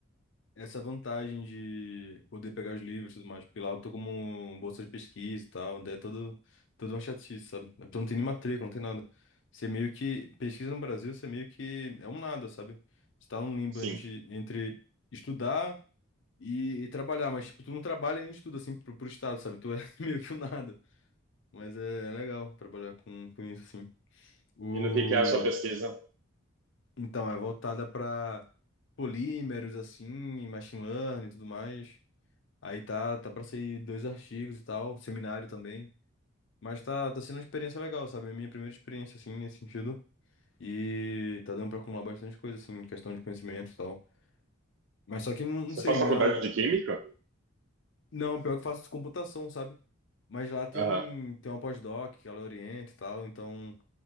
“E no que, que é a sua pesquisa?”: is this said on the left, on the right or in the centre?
Right